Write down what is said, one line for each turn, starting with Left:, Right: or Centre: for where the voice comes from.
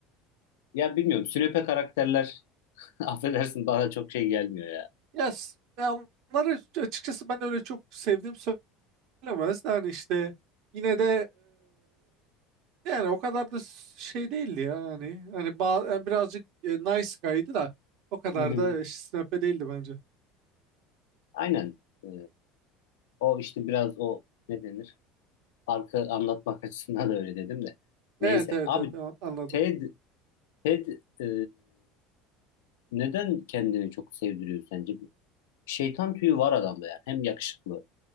Left: Ya bilmiyorum. Sünepe karakterler <laughs> affedersin bana çok şey gelmiyor ya.
Right: Yes. Ya onları açıkçası ben öyle çok sevdiğim bilemez. Yani işte yine de eee, yani o kadar da şey değildi ya hani hani ba- yani birazcık e, nice guy'dı da o kadar
Left: Hı hı.
Right: da snepe değildi bence.
Left: Aynen. Ee, O işte biraz o ne denir? Farkı anlatmak açısından da öyle dedim de. Neyse.
Right: Evet evet
Left: Abi
Right: evet a- anladım.
Left: Ted, Ted e, neden kendini çok sevdiriyor sence? Şeytan tüyü var adamda ya. Hem yakışıklı